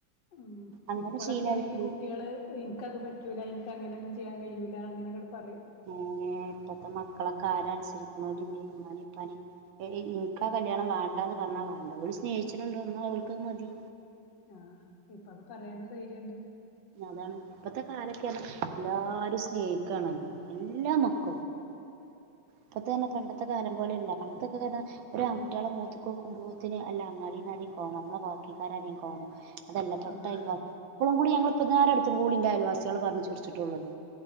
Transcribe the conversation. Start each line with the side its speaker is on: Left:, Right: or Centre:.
Left: ഉം
Right: അങ്ങനെ
Left: ഇപ്പോളക്കെ
Right: ശീലായി
Left: ആണെങ്കിൽ
Right: പോയി
Left: കു കുട്ടിയള് എനിക്കത് പറ്റൂല്ല ഇൻക്ക് അങ്ങനൊന്നും ചെയ്യാൻ കഴിയൂല്ല അങ്ങന അങ്ങട് പറയും
Right: ഏഹ് ഇപ്പത്തെ മക്കളൊക്കെ ആരാ അനുസരിക്കോണില്ലേ ഇമ്മാനെ ഇപ്പാനെം ഇനിക്കാ കല്യാണം വേണ്ടാ എന്ന് പറഞ്ഞാ വാണ്ട അവിര് സ്നേഹിച്ച്ണ്ടോ എന്നാ അവര്ക്ക് അത്‌ മതി
Left: ആഹ് ഇപ്പ അത് പറയാനും ധൈര്യണ്ട്
Right: അതാണ് ഇപ്പത്തെ കാലൊക്കെ പറഞ്ഞാ എല്ലാരും സ്നേഹിക്കാണല്ലോ എല്ലാ മക്കളും ഇപ്പത്തെ തന്നെ പണ്ടത്തെ കാലം പോലെയല്ല പണ്ടത്തെക്കെ പറഞ്ഞാ ഒരു ആൺട്ടികളെ മോത്ത്ക്കോക്കുമ്പോത്തിന് അല്ല അങ്ങാടിന്ന് ആരങ്കിലും കാണോ നമ്മളെ ബാക്കിക്കാരെലും കാണോ അതല്ല തൊട്ടയൽവാസി
Left: ആഹ്
Right: ഇപ്പോഴും കൂടി ഞങ്ങള് ഇപ്പന്നേരടുത്തും കൂടിന്റെ അയൽവാസികള് പറഞ്ഞ് ചൊർച്ചിട്ടുള്ളത്